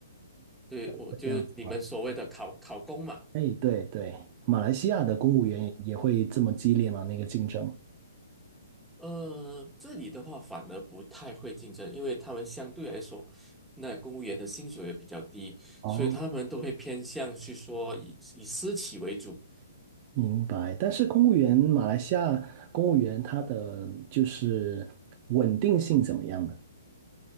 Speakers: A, in the centre; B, on the right.
A: 对，我就你们所谓的考考公嘛。
B: 会这样子吗？哎，对对，马来西亚的公务员也也会这么激烈吗？那个竞争？
A: 呃，这里的话反而不太会竞争，因为他们相对来说，那公务员的薪水也比较低，
B: 哦。
A: 所以他们都会偏向去说以以私企为主。
B: 明白，但是公务员，马来西亚公务员他的就是稳定性怎么样呢？